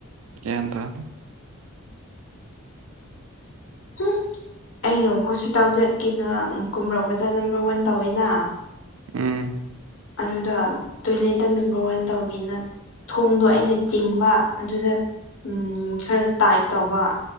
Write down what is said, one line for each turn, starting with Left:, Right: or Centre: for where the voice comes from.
Right: ꯀ ꯇꯗꯤ
Left: ꯎꯝ ꯑꯩ ꯍꯣꯁꯄꯤꯇꯥꯜ ꯆꯠꯀꯦꯅ ꯀꯨꯝꯔꯛꯄꯗ ꯅꯝꯕꯔ ꯋꯥꯟ ꯇꯧꯋꯦꯅ
Right: ꯎꯝ
Left: ꯑꯗꯨꯗ ꯇꯣꯏꯂꯦꯠꯇ ꯅꯝꯕꯔ ꯋꯥꯟ ꯇꯧꯒꯦꯅ ꯊꯣꯡꯗꯣ ꯑꯩꯅ ꯆꯤꯡꯕ ꯑꯗꯨꯗ ꯎꯝ ꯈꯔ ꯇꯥꯏꯠ ꯇꯧꯕ